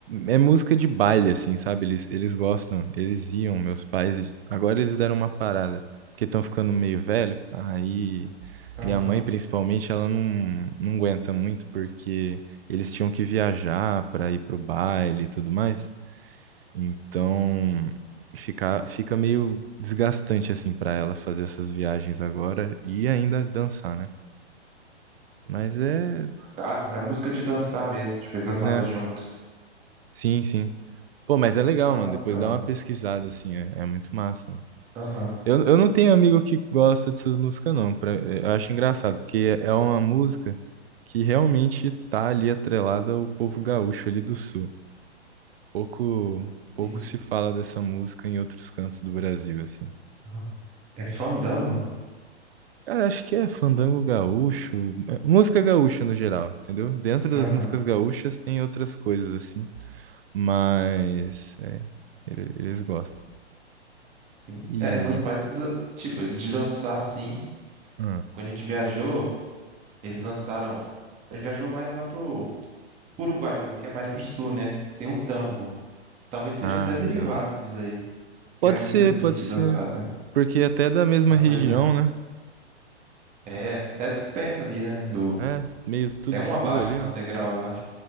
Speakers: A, on the right; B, on the right.
A: é música de baile, assim, sabe? Eles, eles gostam. Eles iam, meus pais. Agora eles deram uma parada. Porque estão ficando meio velho. Aí.
B: Aham.
A: Minha mãe, principalmente, ela não, não aguenta muito porque eles tinham que viajar para ir pro baile e tudo mais. Então, fica, fica meio desgastante assim para ela fazer essas viagens agora e ainda dançar, né? Mas é,
B: Ah, era música de dançar mesmo. Tipo, eles dançavam
A: né?
B: juntos.
A: Sim, sim. Pô, mas é legal,
B: Ah,
A: mano. Depois
B: tá.
A: dá uma pesquisada assim, é, é muito massa. mano.
B: Aham.
A: Eu, eu não tenho amigo que gosta dessas músicas, não. Pra, eh, eu acho engraçado, porque é uma música que realmente tá ali atrelada ao povo gaúcho ali do sul. Pouco, pouco
B: Ih,
A: se fala dessa música em outros cantos do Brasil, assim.
B: aham. É fandango?
A: Cara, acho que é fandango gaúcho, é, música gaúcha no geral, entendeu? Dentro das
B: Aham.
A: músicas gaúchas tem outras coisas assim, mas é, ele- eles gostam.
B: Sim.
A: E
B: É, meus pais, dan- tipo, de dançar assim.
A: hum,
B: Quando a gente viajou, eles dançaram. A gente viajou mais lá pro pro Uruguai também, que é mais pro sul, né? Tem um tango. Talvez seja
A: ah,
B: até derivado
A: da hora.
B: disso aí. Que
A: Pode
B: é a música
A: ser,
B: assim,
A: pode
B: de
A: ser,
B: dançar, tá?
A: porque até é da mesma
B: É uma
A: região,
B: coisa.
A: né?
B: É, é até perto ali, né? Do.
A: É, meio tudo
B: É um
A: sul
B: abaixo,
A: ali,
B: né?
A: né?
B: Um degrau abaixo.